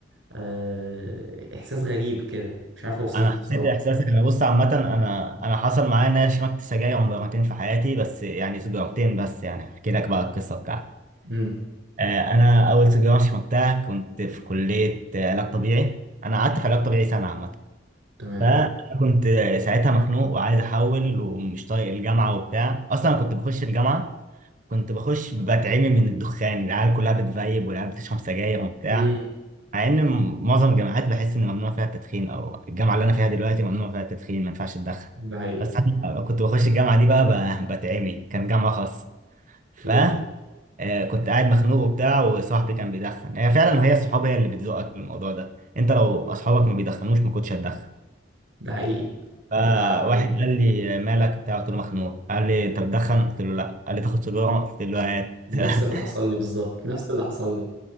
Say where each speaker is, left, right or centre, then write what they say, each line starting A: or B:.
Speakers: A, on the right; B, on the right.
A: آه، إحساس غريب كده مش عارف أوصفه
B: انا حسيت
A: بصراحة
B: احساس ان بص عامه انا انا حصل معايا ان انا شربت سجاير مرتين في حياتي بس يعني سجارتين بس يعني احكي لك بقى القصه بتاعتي
A: امم
B: آه، انا اول سيجاره شربتها كنت في كليه آه، علاج طبيعي انا قعدت في علاج طبيعي سنه عامه
A: تمام
B: فانا كنت آه، ساعتها مخنوق وعايز احول ومش طايق الجامعه وبتاع اصلا أنا كنت بخش الجامعه كنت بخش بتعمي من الدخان العيال كلها بتفيب والعيال بتشرب سجاير وبتاع
A: امم
B: مع ان م- معظم الجامعات بحس ان ممنوع فيها التدخين او الجامعه اللي انا فيها دلوقتي ممنوع فيها التدخين ما ينفعش تدخن
A: ده حقيقي
B: بس انا كنت بخش الجامعه دي بقى ب- بتعمي كان جامعه خاصه ف
A: اوكي
B: آه، كنت قاعد مخنوق وبتاع وصاحبي كان بيدخن هي فعلا هي الصحاب هي اللي بتزقك بالموضوع ده انت لو اصحابك ما بيدخنوش ما كنتش هتدخن
A: ده حقيقي
B: فواحد
A: ده حقيقي
B: قال لي مالك بتاع قلت له مخنوق قال لي انت بتدخن قلت له لا قال لي تاخد سيجاره قلت له هات
A: نفس
B: <laughs>
A: اللي حصل لي بالظبط نفس اللي حصل لي